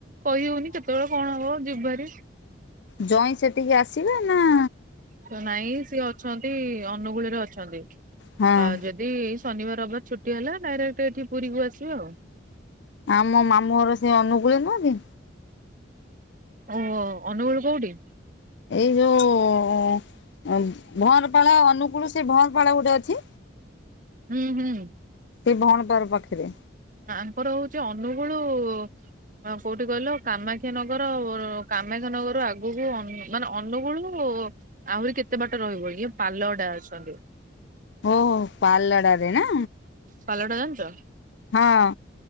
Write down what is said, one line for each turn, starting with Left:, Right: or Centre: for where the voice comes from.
Right: କହି ହୋଉନି କେତୋଳେ କଣ ହବ ଯିବୁ ଭାରି।
Left: ଜୋଇଁ ସେଠିକି ଆସିବେ ନାଁ
Right: ତ ନାଇଁ ସିଏ ଅଛନ୍ତି ଅନୁଗୁଳୁରେ ଅଛନ୍ତି
Left: ହଁ
Right: ଆ ଯେ ଦି ଏଇ ଶନିବାର ରବିବାର ଛୁଟି ହେଲା ଡାଇରେକ୍ଟ୍ ଏଠି ପୁରୀକୁ ଆସିବେ ଆଉ।
Left: ଆମ ମାମୁଁ ଘର ସେ ଅନୁଗୁଳରେ ନୁହଁ କି?
Right: ଓହୋ ଅନୁଗୁଳୁ କୋଉଠି?
Left: ଏଇ ଯୋଉ ଭଅଁରପାଳ ଅନୁକୁଳୁ ସେ ଭଅଁରପାଳ ଗୋଟେ ଅଛି।
Right: ହୁଁ ହୁଁ।
Left: ସେ ଭଅଁରପାଳ ପାଖରେ।
Right: ଆ ଆଙ୍କର ହଉଚି ଅନୁଗୁଳୁ ଅଁ କୋଉଠି କହିଲ କାମାକ୍ଷାନଗର କାମାକ୍ଷାନଗର ଆଗୁକୁ ଅନୁ ମାନେ ଅନୁଗୁଳୁ ଆହୁରି କେତେ ବାଟ ରହିବ ଇଏ ପାଲହଡ଼ା ଅଛନ୍ତି।
Left: ଓହୋ ପାଲଡ଼ାରେ, ନା?
Right: ପାଲଡ଼ା ଜାଣିଚ?
Left: ହଁ